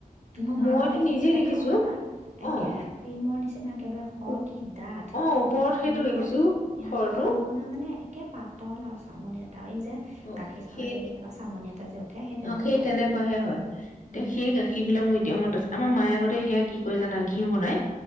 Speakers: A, on the right (about 50°); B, on the left (about 60°).
A: মই
B: মইতো
A: মা ঘত আহিলেও
B: নিজে
A: হেয়া
B: দেখিছো
A: খাওঁ নহয়, একেহ
B: অ',
A: ক্ৰীম ৰ নিচিনা একেবাৰে খ
B: অ',
A: কি ডাঠ,
B: ওপৰত সেইটোৱে
A: আৰু ইয়াত,
B: কৈছো
A: ইয়াত
B: খৰটো
A: খৰ আপোনাৰ মানে একে পাতল আৰু চামনি এটা এই যে
B: অ',
A: গাখীৰ চাহত
B: সেই
A: যে কেতিয়াবা চামন এটা যে উঠে তেনেকুৱা
B: অ, সেই
A: আৰু
B: তেনেকুৱাহে হয়। তেওঁ
A: উম
B: সেই গাখীৰ বিলাক মোৰ এতিয়া মনত আছে। আমা মায়ে আগতে হেয়া কি কৰে জানা, ঘিউ বনাই।